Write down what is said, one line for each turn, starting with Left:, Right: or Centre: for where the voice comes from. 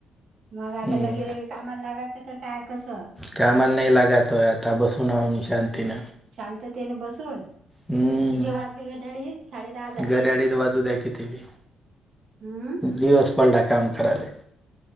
Right: मग आता
Centre: हम्म
Right: लगे लगे कामाला लागायचं का काय कसं
Centre: कामाला नाही लागतोय आता बसून हो मी शांतीन
Right: शांततेन बसुन
Centre: हम्म
Right: किती वाजले घड्याळीत साडे दहा झाले
Centre: घड्याळीत वाजू द्या किती बी
Right: हम्म
Centre: दिवस पडला काम करायले